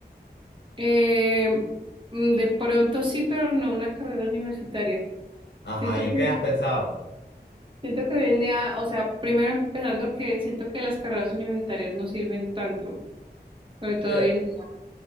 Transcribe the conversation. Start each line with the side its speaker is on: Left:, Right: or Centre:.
Right: Eh, mm, de pronto sí, pero no una carrera universitaria.
Left: Ajá,
Right: Siento
Left: ¿y
Right: que
Left: en qué has pensado?
Right: Siento que hoy en día, o sea, primero empezando que siento que las carreras universitarias no sirven tanto, sobre todo
Left: Eh,
Right: hoy en día.